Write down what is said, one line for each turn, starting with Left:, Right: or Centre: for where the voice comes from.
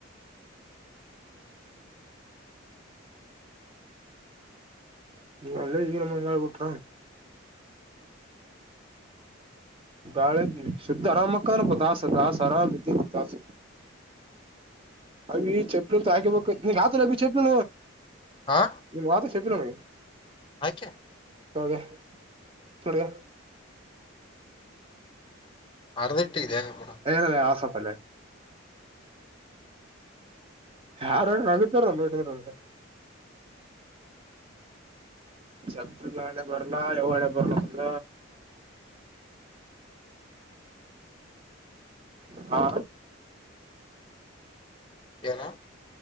Right: ನಲ್ಲ ಇದಗ ನಮ್ಮ ಎಲ್ಲಾಲ ಕೊಟ್ಟ ಗಾಳ ಶುದ್ಧ ಆರಾಮಕ್ಕಾನ ಪದಾಸದಾಸ ಆರಾಮ್ ರೀತಿಾಸ ಅ ಈ ಚಪ್ಪಲುಂತ ಹಾಕಿಬೇಕು ನೀವು ಆತ ನಬಿ ಚಪ್ಪಿ
Left: ಹ
Right: ನೀವು ವತ ಚಪ್ಪಿಲ್ಲ ನ
Left: ಆಕೆ
Right: ಹಳಗೆ ಚೊಟಗ
Left: ಅರ್ಧ ಇಟ್ಟಿದ್ಯಾ ಬಿಡ
Right: ಏನಲ್ಲೇ ಆಸತ್ತಲ್ಲೇ ಯಾರ್ರ ಆಗುತ್ತಾರಲ್ಲ್ರ ಸಲ್ಲ ಆಳೆ ಬರಲಾ ಯಾವಡೆೆ ಬರ್ಲಲ್ಲ ಹಾ
Left: ಏನ